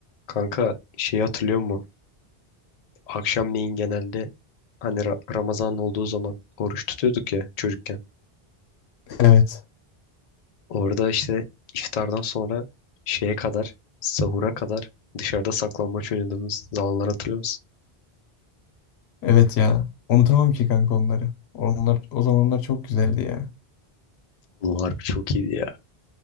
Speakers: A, on the left; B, on the left.
A: Kanka şeyi hatırlıyor musun? Akşamleyin genelde hani Ra- Ramazan olduğu zaman oruç tutuyorduk ya çocukken.
B: Evet.
A: Orada işte iftardan sonra şeye kadar, sahura kadar dışarıda saklambaç oynadığımız zamanlar hatırlıyor musun?
B: Evet ya. Unutamam ki kanka onları. Onlar o zamanlar çok güzeldi ya.
A: Oğlum harbi çok iyiydi ya.